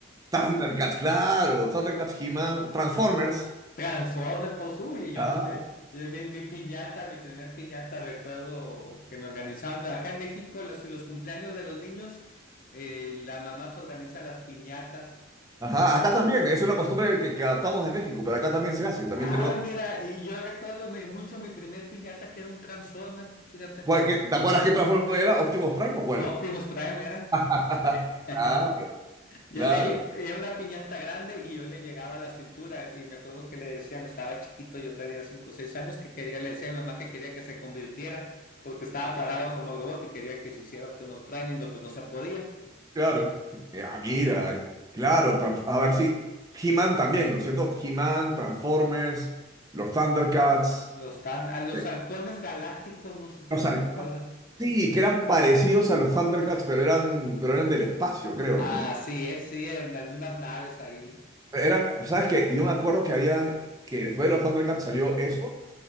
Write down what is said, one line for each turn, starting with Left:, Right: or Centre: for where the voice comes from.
Right: Thundercats, claro. Thundercats, He-Man, Transformers.
Left: Transformers, pues uy, yo
Right: Claro.
Left: tuve eh, mi, mi piñata, mi primer piñata, recuerdo que me organizaban. Acá en México, los, los cumpleaños de los niños, eh, la mamá se organiza las piñatas
Right: Ajá,
Left: eh,
Right: acá también. Es una costumbre que, que adaptamos de México, pero acá también se hace. También
Left: Ah,
Right: tenemos...
Left: mira, y yo recuerdo mi- mucho mi primer piñata que era un Transformer, fíjate.
Right: ¿Cuál- qué- ¿Te acuerdas qué Transformers era? ¿Optimus Prime o cuál?
Left: Optimus Prime era.
Right: <laughs>
Left: Sí.
Right: Claro,
Left: <laughs> Yo
Right: claro,
Left: le, lle- era una piñata grande y yo le llegaba a la cintura y me acuerdo que le decía, me estaba chiquito, yo tenía 5 o 6 años, que quería, le decía a mi mamá que quería que se convirtiera porque estaba parado como robot y quería que se hiciera Optimus Prime y no, pues no se podía.
Right: claro. Ah, mira, claro. tran- A ver si. He-Man también, ¿no es cierto? He-Man, Transformers, los Thundercats.
Left: Los tan, a los
Right: eh,
Left: halcones galácticos, no sé si
Right: O
Left: los
Right: sea,
Left: recuerdas.
Right: sí, que eran parecidos a los Thundercats, pero eran, pero eran del espacio, creo,
Left: Ah,
Right: ¿no?
Left: sí, es, sí, en, en unas naves ahí.
Right: Eran, ¿sabes qué? Yo me acuerdo que habían, que después de los Thundercats salió eso,